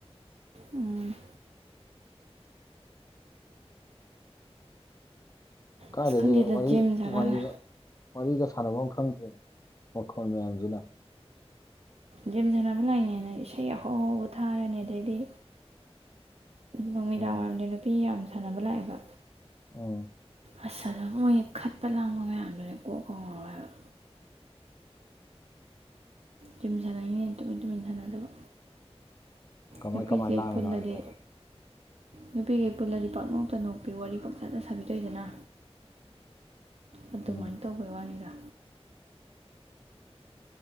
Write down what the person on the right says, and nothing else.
ꯎꯝ꯫
ꯑꯁ ꯈꯪꯗꯦꯗ
ꯖꯤꯝ ꯁꯥꯟꯅꯅ
ꯖꯤꯝ ꯁꯥꯟꯅꯕ ꯂꯥꯏꯅꯦꯅ ꯏꯁꯩ ꯑꯍꯥꯧꯍꯧꯕ ꯊꯥꯔꯅꯤ ꯑꯗꯩꯗꯤ ꯅꯨꯃꯤꯗꯥꯡ
ꯋꯥꯏꯔꯝꯗ ꯅꯨꯄꯤ ꯌꯥꯝ ꯁꯥꯟꯅꯕ ꯂꯥꯛꯑꯦꯕ
ꯑꯁ ꯑꯗꯨ ꯃꯣꯏꯒꯤ ꯈꯠꯄ ꯂꯥꯡꯕ ꯃꯌꯥꯝꯗꯨꯅꯦ ꯀꯣꯛꯀ ꯉꯥꯎꯋꯦ ꯍꯥꯏꯕ꯫ ꯖꯤꯝ ꯁꯥꯟꯅꯩꯅꯦ ꯇꯨꯃꯤꯟ ꯇꯨꯃꯤꯟ ꯁꯥꯟꯅꯗꯕ꯫
ꯅꯨꯄꯤꯈꯩ
ꯄꯨꯜꯂꯗꯤ
ꯅꯨꯄꯤꯈꯩ ꯄꯨꯜꯂꯗꯤ ꯄꯥꯛꯅꯣꯛꯇ ꯅꯣꯛꯄꯤ ꯋꯥꯔꯤ ꯄꯪꯁꯥꯗ ꯁꯥꯕꯤ ꯗꯣꯏꯗꯅ꯫ ꯑꯗꯨꯃꯥꯏ
ꯇꯧꯕꯩ ꯋꯥꯅꯤꯗ꯫